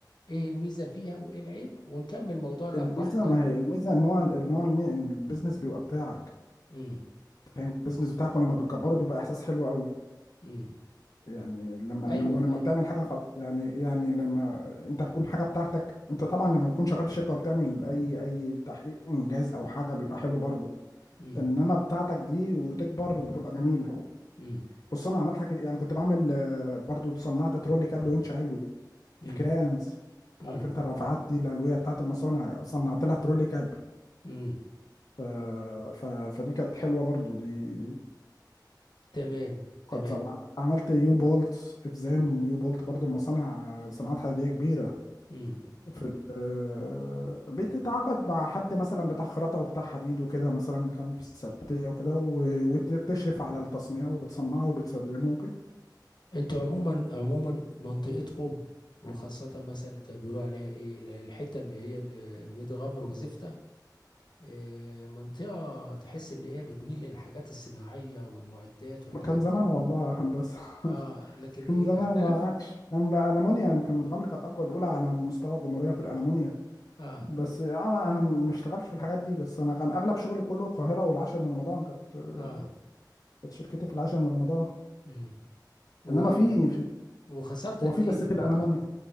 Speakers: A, on the left; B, on the left.
A: ايه الميزه فيها وايه العيب ونكمل موضوع الارباح
B: الميزه
A: ده
B: ما هي الميزه ان هو ان هو المي- البيزنس بيبقى بتاعك
A: امم
B: أنت فاهم البيزنس بتاعك ولما بتكبره بيبقى احساس حلو قوي
A: امم
B: يعني لما
A: ايوه
B: لما لما
A: ايوه
B: بتعمل حاجه خل... يعني يعني لما انت بتكون حاجه بتاعتك انت طبعا لما بتكون شغال في شركه وبتعمل اي اي تحقيق انجاز او حاجه بيبقى حلو برضه
A: امم
B: انما بتاعتك دي وتكبر بتبقى جميله
A: امم
B: خصوصا انا عملت حاجه كده- يعني كنت بعمل آه، برضه صنعت ترولي كابل وينش علوي
A: امم
B: الكرانز
A: امم
B: عارف انت الرافعات دي العلويه بتاعت المصانع صنعت لها ترولي كابل
A: امم
B: ف... ف... فدي كانت حلوه برضه دي
A: تمام
B: كنت
A: تمام
B: عملت يو بولت افزان
A: امم
B: يو بولت برضه المصانع آه، صناعات حديديه كبيره
A: امم
B: في ال- آه، بتتعاقد مع حد مثلا بتاع خراطة وبتاع حديد وكده مثلا كان في السبتية وكده و- وتشرف على التصنيع وبتصنعه وبتسلمه وكده
A: انتوا عموما عموما منطقتكم وخاصه مثلا كان بيقولوا عليها ايه الحته اللي هي اللي ميت غمر وزفته آه، منطقة تحس إن هي بتميل للحاجات الصناعية والمعدات والحاجات
B: كان
A: دي
B: زمان والله يا هندسة <laughs>
A: اه لكن
B: كان
A: إيه
B: زمان
A: اختلف
B: ما عادش كان ألمونيا يمكن متغمر كانت أقوى الأولى على مستوى الجمهورية في الألمونيا
A: اه
B: بس أنا أنا ما اشتغلتش في الحاجات دي بس أنا كان أغلب شغلي كله القاهرة والعاشر من رمضان كانت آه،
A: اه
B: كانت شركتي في العاشر من رمضان
A: امم و...
B: إنما في في
A: وخسرت
B: هو
A: قد
B: في
A: إيه
B: بس
A: في
B: في
A: الموضوع
B: الألمونيا
A: ده